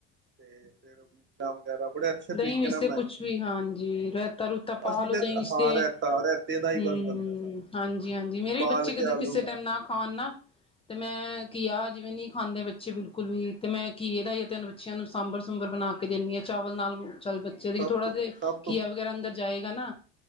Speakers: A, on the right (about 35°); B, on the left (about 15°).
A: ਤੇ ਫੇਰ ਮਿਰਚਾਂ ਵਗੈਰਾ ਬੜੇ ਅੱਛੇ ਤਰੀਕੇ
B: ਦਹੀਂ ਵਿੱਚ
A: ਨਾਲ
B: ਤੇ ਕੁਛ ਵੀ ਹਾਂਜੀ ਰੈਤਾ ਰੂਤਾ ਪਾ
A: ਅਸੀਂ
B: ਲੋ
A: ਤਾਂ
B: ਦਹੀਂ ਚ
A: ਹਾਂ
B: ਤੇ
A: ਰੈਤਾ ਰੈਤੇ ਦਾ ਈ
B: ਹੂੰ,
A: ਬਣਦਾ ਸਾਰਾ
B: ਹਾਂਜੀ-ਹਾਂਜੀ ਮੇਰੇ
A: ਉਬਾਲ
B: ਵੀ ਬੱਚੇ
A: ਕੇ
B: ਕਦੀ
A: ਆਲੂ
B: ਕਿਸੇ
A: ਬਣਾਏ
B: ਟੈਮ ਨਾ ਖਾਣ ਨਾ ਤੇ ਮੈਂ ਘੀਆ ਜਿਵੇਂ ਨਈ ਖਾਂਦੇ ਬੱਚੇ ਬਿਲਕੁਲ ਵੀ ਤੇ ਮੈਂ ਘੀਏ ਏਦਾ ਤੇ ਬੱਚਿਆਂ ਨੂੰ ਸਾਂਬਰ ਸੁੰਬਰ ਬਣਾ ਕੇ ਦੀਣੀ ਆਂ ਚਾਵਲ ਨਾਲ ਚੱਲ
A: ਉਹ
B: ਬੱਚੇ ਦੀ
A: ਸਭ
B: ਥੋੜਾ
A: ਤੋਂ
B: ਜੇ
A: ਸਭ
B: ਘੀਆ ਵਗੈਰਾ ਅੰਦਰ ਜਾਏਗਾ ਨਾ